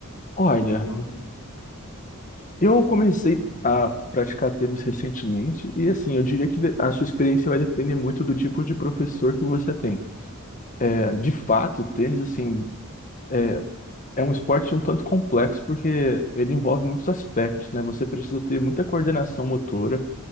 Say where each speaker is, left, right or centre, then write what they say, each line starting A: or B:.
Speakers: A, on the left; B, on the left.
A: Olha.
B: Isso aí eu
A: Eu comecei a praticar tênis recentemente e assim, eu diria que a sua experiência vai depender muito do tipo de professor que você tem. É, de fato, o tênis assim é, é um esporte um tanto complexo porque ele envolve muitos aspectos, né? Você precisa ter muita coordenação motora,